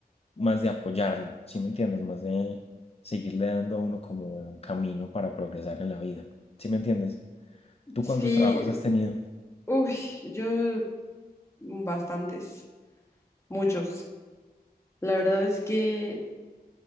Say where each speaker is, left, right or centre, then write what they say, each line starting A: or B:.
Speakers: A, on the left; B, on the left.
A: más de apoyarlo, ¿sí me entiendes? Más de seguirle dando a uno como un camino para progresar en la vida. ¿Sí me entiendes? ¿Tú
B: Sí,
A: cuántos trabajos has tenido?
B: uy, yo... Bastantes, muchos. La verdad es que